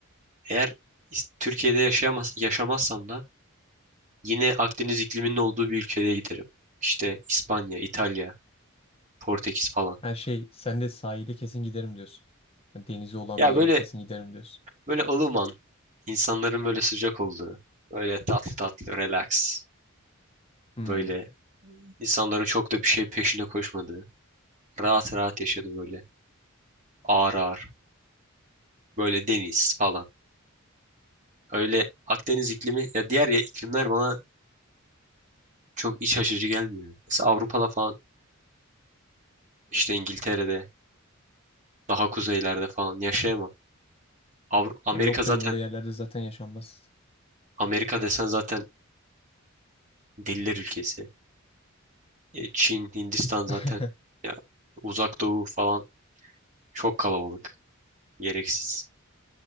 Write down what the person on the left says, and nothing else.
Her şey sen de sahile kesin giderim diyorsun. Yani Denizi olan
bir yere
kesin giderim diyorsun.
Hmm.
Ya yok
canım öyle yerlerde zaten yaşanmaz.
<laughs>